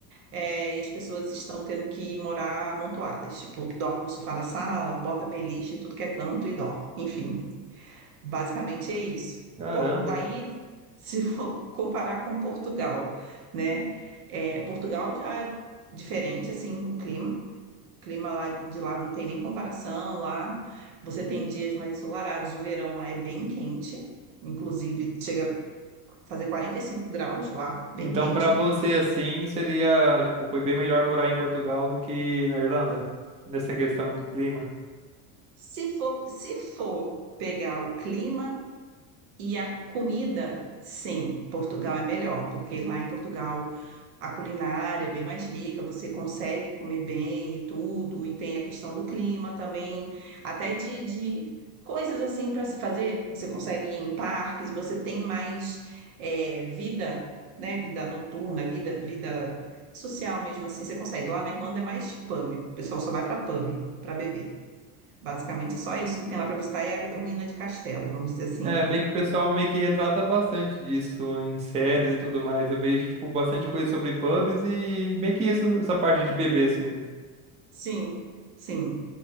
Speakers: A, on the right; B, on the right.
A: é, e as pessoas estão tendo que morar amontoadas. Tipo, dorme no sofá da sala, bota beliche em tudo que é canto e dorme. Enfim, basicamente é isso.
B: Caramba.
A: Por- Aí, se for <laughs> comparar com Portugal, né? É, Portugal já é diferente, assim, o clima clima lá de lá não tem nem comparação. Lá você tem dias mais ensolarados, o verão lá é bem quente, inclusive chega a fazer 45 graus lá, bem
B: Então,
A: quente.
B: pra você, assim, seria, tipo, foi bem melhor morar em Portugal do que na Irlanda, nessa questão do clima.
A: Se for, se for pegar o clima e a comida, sim, Portugal é melhor, porque lá em Portugal a culinária é bem mais rica, você consegue comer bem e tudo, e tem a questão do clima também, até de, de coisas assim para se fazer. Você consegue ir em parques, você tem mais é, vida, né? Vida noturna, vida, vida social mesmo assim. Você consegue. Lá na Irlanda é mais pub, o pessoal só vai para pub para beber. Basicamente, é só isso que tem lá para visitar é a ruína de castelo, vamos dizer assim.
B: É, meio que o pessoal meio que retrata bastante disso em séries e tudo mais. Eu vejo, tipo, bastante coisa sobre pubs e meio que isso, essa parte de bebê, assim,
A: Sim, sim.